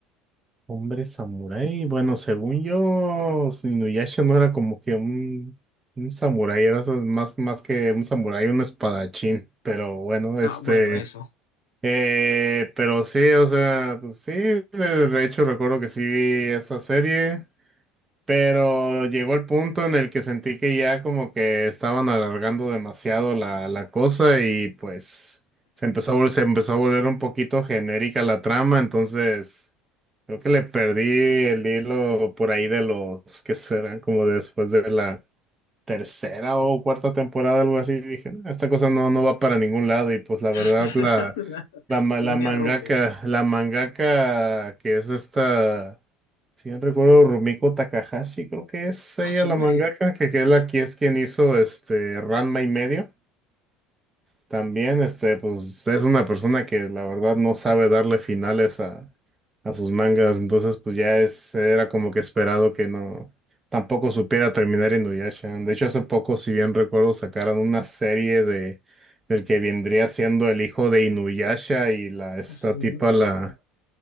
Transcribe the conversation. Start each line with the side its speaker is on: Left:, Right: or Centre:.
Right: Hombre samurái, bueno, según yo, Inuyasha no era como que un, un samurái, era so- más, más que un samurái, un espadachín, pero bueno,
Left: Ah,
Right: este,
Left: bueno, eso.
Right: eh, pero sí, o sea, pues sí, de de hecho recuerdo que sí vi esa serie, Pero llegó el punto en el que sentí que ya como que estaban alargando demasiado la, la cosa y pues se empezó a vol- se empezó a volver un poquito genérica la trama, entonces creo que le perdí el hilo por ahí de los que serán como después de la tercera o cuarta temporada, algo así. Dije, "No, esta cosa no, no va para ningún lado y pues la
Left: <laughs>
Right: verdad la, la, ma- la
Left: No tenía
Right: mangaka,
Left: rumbo.
Right: la mangaka que es esta... Si bien recuerdo, Rumiko Takahashi, creo que es ella
Left: A su
Right: la
Left: madre.
Right: mangaka, que, que es la que es quien hizo este Ranma y medio. También, este, pues es una persona que la verdad no sabe darle finales a, a sus mangas, entonces pues ya es, era como que esperado que no, tampoco supiera terminar Inuyasha. De hecho, hace poco, si bien recuerdo, sacaron una serie de del que vendría siendo el hijo de Inuyasha y la esta
Left: A su
Right: tipa
Left: no.
Right: la